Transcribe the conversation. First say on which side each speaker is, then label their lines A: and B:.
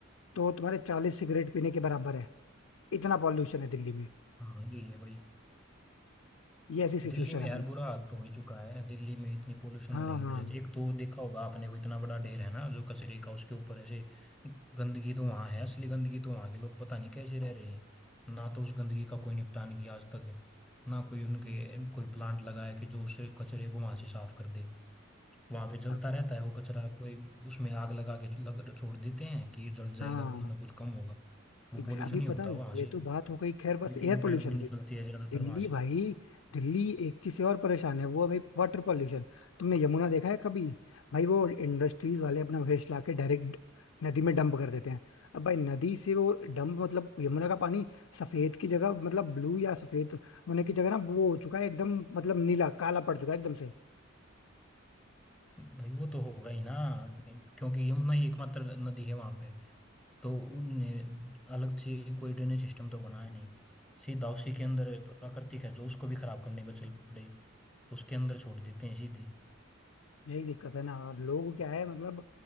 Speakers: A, on the left; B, in the centre.
A: तो तुम्हारे चालीस सिगरेट पीने के बराबर है इतना पॉल्यूशन है दिल्ली में
B: हाँ यही है भाई
A: ये ऐसी सिचुएशन
B: दिल्ली में
A: है
B: यार
A: भाई
B: बुरा हाल तो हो ही चुका है दिल्ली में इतनी पोल्यूशन
A: हाँ
B: होने की
A: हाँ
B: वजह से एक तो देखा होगा आपने वो इतना बड़ा ढेर है ना जो कचरे का उसके ऊपर ऐसे गंदगी तो वहाँ है असली गंदगी तो वहाँ के लोग पता नहीं कैसे रह रहे हैं ना तो उस गंदगी का कोई निपटान किया आज तक ना कोई उनके कोई प्लांट लगाया कि जो उस कचरे को वहाँ से साफ कर दे वहां पे जलता
A: अब
B: रहता है वो कचरा कोई उसमें आग लगा के लग छोड़ देते हैं कि जल जाएगा
A: हाँ
B: कुछ ना कुछ कम होगा वो
A: ex-
B: पोल्यूशन
A: अभी
B: ही होता
A: पता है
B: है वहां
A: ये
B: से
A: तो बात हो गई खैर बस
B: मीथेन
A: एयर पोल्यूशन
B: गैस भी निकलती
A: की
B: है ज्यादातर
A: दिल्ली
B: वहां से
A: भाई दिल्ली एक चीज से और परेशान है वो है भाई वाटर पोल्यूशन तुमने यमुना देखा है कभी भाई वो इंडस्ट्रीज वाले अपना वेस्ट ला के डायरेक्ट नदी में डंप कर देते हैं अब भाई नदी से वो डंप मतलब यमुना का पानी सफेद की जगह मतलब ब्लू या सफेद होने की जगह ना वो हो चुका है एकदम मतलब नीला काला पड़ चुका है एकदम से
B: भाई वो तो होगा ही ना क्योंकि यमुना ही एकमात्र नदी है वहां पे तो उनने अलग से कोई ड्रेनेज सिस्टम तो बनाया नहीं सीधा उसी के अंदर प्राकृतिक है जो उसको भी खराब करने पर चल पड़े उसके अंदर छोड़ देते हैं सीधे
A: यही दिक्कत है ना और लोग क्या है मतलब